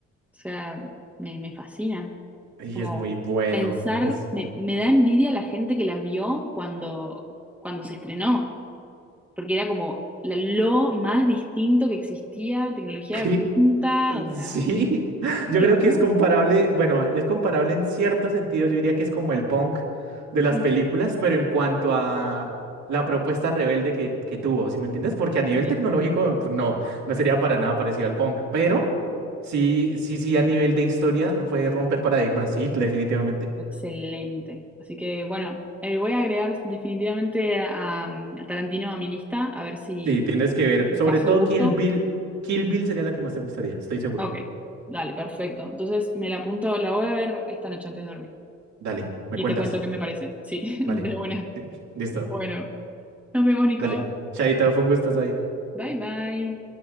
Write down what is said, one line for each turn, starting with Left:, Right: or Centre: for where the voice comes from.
Centre: O sea, me, me fascina.
Right: Y
Centre: Como
Right: es muy bueno.
Centre: pensar,
Right: Es,
Centre: me, me da envidia la gente que la vio cuando, cuando se estrenó, porque era como la- lo más distinto que existía, tecnología
Right: <laughs>
Centre: de punta, o sea,
Right: Sí, <laughs>
Centre: una
Right: yo
Centre: locura.
Right: creo que es comparable, bueno, es comparable en cierto sentido, yo diría que es como el punk de las
Centre: Mm,
Right: películas, pero en cuanto a la propuesta rebelde que, que tuvo, ¿sí me entiendes? Porque a nivel
Centre: sí.
Right: tecnológico, pues, no, no sería para nada parecido al punk, pero sí, sí, sí, a nivel de historia fue romper paradigmas, sí, definitivamente.
Centre: Excelente. Así que bueno, eh, voy a agregar definitivamente a, mm, a Tarantino a mi lista, a ver si
Right: Sí, tienes que ver,
Centre: me
Right: sobre
Centre: caso
Right: todo
Centre: el gusto.
Right: Kill Bill, Kill Bill sería la que más te gustaría, estoy seguro.
Centre: Ok, dale, perfecto. Entonces me la apunto, la voy a ver esta noche antes de dormir.
Right: Dale, me
Centre: Y
Right: cuentas,
Centre: te cuento qué me parece. Sí, <laughs>
Right: vale,
Centre: de una.
Right: li- listo,
Centre: Bueno, nos vemos, Nico.
Right: dale, Chaito, fue un gusto ahí.
Centre: Bye, bye.